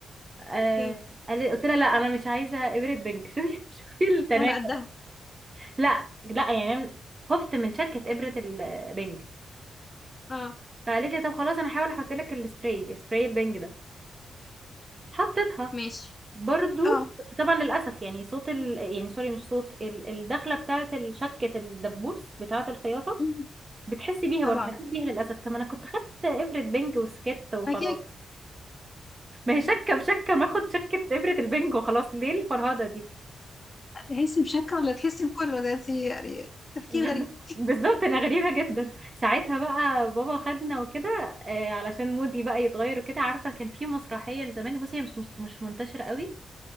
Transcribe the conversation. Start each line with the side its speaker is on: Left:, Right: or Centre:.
Right: آه
Left: اوكي
Right: قال- قلت لها لا انا مش عايزه ابره بنك <laughs> شوفي شوفي التناكر
Left: انا قدها
Right: لا لا يعني أنا خفت من شكه ابره البنك
Left: اه
Right: فقالت لي طب خلاص انا هحاول احط لك السبراي سبراي البنج ده حطيتها
Left: ماشي
Right: برضو
Left: اه
Right: طبعا للاسف يعني صوت ال... يعني سوري مش صوت ال... الدخله بتاعه الشكه الدبوس بتاعه الخياطه
Left: مم.
Right: بتحسي بيها
Left: طبعا
Right: برضو حسيت بيها للاسف طب ما انا كنت خدت ابره بنج وسكت وخلاص
Left: اكيد
Right: ما هي شكه بشكه ما اخد شكه ابره البنج وخلاص ليه الفرهده دي
Left: تحسي بشكل ولا تحسي بكله ده انت يعني تفكير
Right: بز-
Left: غريب
Right: بالظبط انا غريبه جدا ساعتها بقى بابا خدنا وكده آه، علشان مودي بقى يتغير وكده عارفه كان في مسرحيه لزمان بصي هي مش مش مش منتشره قوي